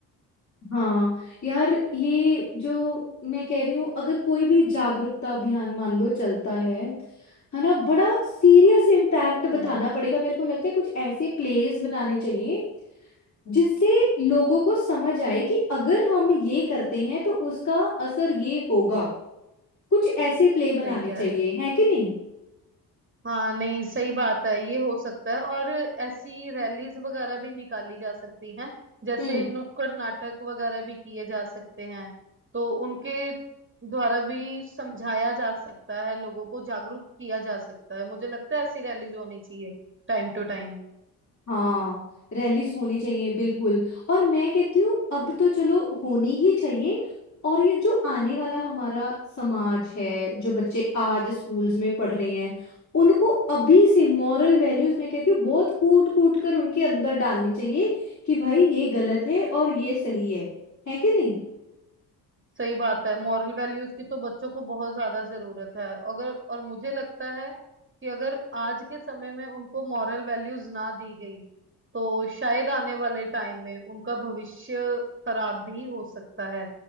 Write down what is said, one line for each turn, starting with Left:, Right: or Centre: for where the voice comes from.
Left: हाँ यार ये जो मैं कह रही हूँ अगर कोई भी जागरूकता अभियान मान लो चलता है है ना बड़ा सीरियस इम्पैक्ट बताना
Right: हम्म
Left: पड़ेगा मेरे को लगता है कुछ ऐसे प्लेस बनाने चाहिए जिससे लोगों को समझ आए कि अगर हम ये करते हैं तो उसका असर ये होगा कुछ ऐसे प्ले बनाने
Right: सही कह
Left: चाहिए
Right: रहे हो
Left: है कि नहीं
Right: हाँ नहीं सही बात है ये हो सकता है और ऐसी रैलीज वगैरह भी निकाली जा सकती हैं जैसे
Left: हम्म
Right: नुक्कड़ नाटक वगैरह भी किए जा सकते हैं तो उनके द्वारा भी समझाया जा सकता है लोगों को जागरूक किया जा सकता है मुझे लगता है ऐसी रैलीज होनी चाहिए टाइम टू टाइम
Left: हाँ रैलीस होनी चाहिए बिल्कुल और मैं कहती हूँ अब तो चलो होनी ही चाहिए और ये जो आने वाला हमारा समाज है जो बच्चे आज स्कूल्स में पढ़ रहे हैं उनको अभी से मॉरल वैल्यूज मैं कहती हूँ बहुत कूट कूट कर उनके अंदर डालनी चाहिए कि भाई ये गलत है और ये सही है है कि नहीं
Right: सही बात है मॉरल वैल्यूज की तो बच्चों को बहुत ज्यादा जरूरत है अगर और मुझे लगता है कि अगर आज के समय में उनको मॉरल वैल्यूज ना दी गई तो शायद आने वाले टाइम में उनका भविष्य खराब भी हो सकता है